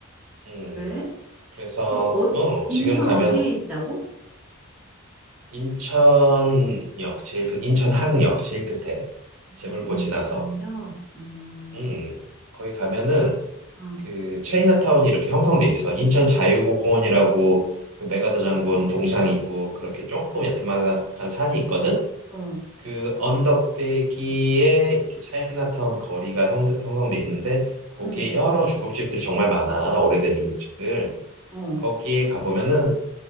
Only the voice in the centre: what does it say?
그래?
그 어디,
인천
어디에 있다고?
아,
인천역?
음,
아,
어,
음.
어,